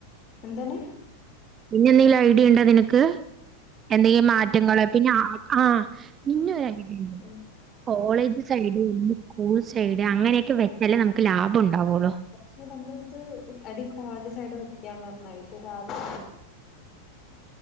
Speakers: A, on the left (about 35°); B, on the right (about 25°).
A: എന്താണ്
B: പിന്നെ എന്തെങ്കിലും ഐഡിയണ്ടോ നിനക്ക് എന്തെങ്കിലും മാറ്റങ്ങള്പിന്ന ആ ആഹ് പിന്നെ ഒരു ഐഡിണ്ട്
A: ഉം
B: കോളേജ് സൈഡ് വല്ല സ്കൂൾ സൈഡ് അങ്ങനെ. വെച്ചാലെ നമുക്ക് ലാഭം ഉണ്ടാവുള്ളൂ
A: പക്ഷെ നമ്മളിത് എടി കോളേജ് സൈഡ് വെക്കാന്ന് പറ രാവിലെ